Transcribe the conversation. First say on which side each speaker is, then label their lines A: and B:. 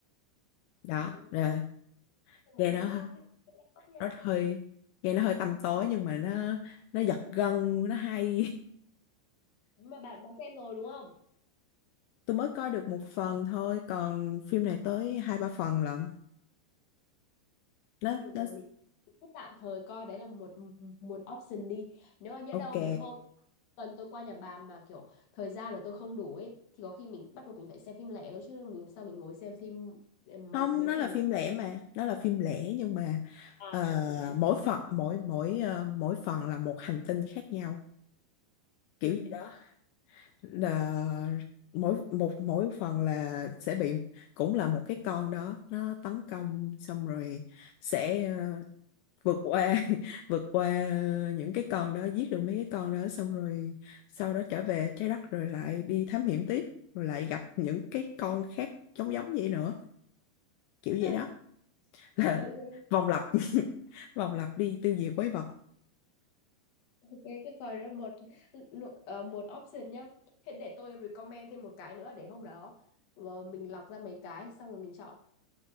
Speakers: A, on the left; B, on the left.
A: đó
B: sao mà nghe
A: là
B: nó sao mà
A: nghe
B: nghe
A: nó
B: nó hay quá nha
A: nó hơi nghe nó hơi tăm tối nhưng mà nó nó giật gân nó hay <laughs>
B: mà bạn bạn xem rồi đúng không
A: tôi mới coi được một phần thôi còn phim này tới hai ba phần lận
B: thôi
A: nó
B: được
A: nó
B: rồi mình cứ tạm thời coi đấy là một một option đi nếu mà nhỡ
A: ok
B: đâu đến hôm tuần tôi qua nhà bà mà kiểu thời gian rồi tôi không đủ ấy thì có khi mình bắt buộc mình phải xem phim lẻ thôi chứ mình làm sao mình ngồi xem phim ờ, mấy
A: không
B: mấy
A: nó
B: phần
A: là phim
B: mấy
A: lẻ mà nó là phim lẻ nhưng mà
B: à
A: ờ,
B: <laughs> hiểu hiểu hiểu
A: mỗi phần mỗi mỗi ờ, mỗi phần là một hành tinh khác nhau kiểu
B: ừ.
A: gì đó là mỗi một mỗi phần là sẽ bị cũng là một cái con đó nó tấn công xong rồi sẽ ờ, vượt qua <laughs> vượt qua những cái con đó giết được mấy cái con đó xong rồi sau đó trở về trái đất rồi lại đi thám hiểm tiếp rồi lại gặp những cái con khác giống giống vậy nữa kiểu vậy
B: <laughs>
A: đó <laughs> là
B: ok
A: vòng lặp <laughs> vòng lặp đi tiêu diệt quái vật
B: ok cái coi đó một ờ, một option nhá thế để tôi recommend thêm một cái nữa để hôm đó ờ, mình lọc ra mấy cái xong rồi mình chọn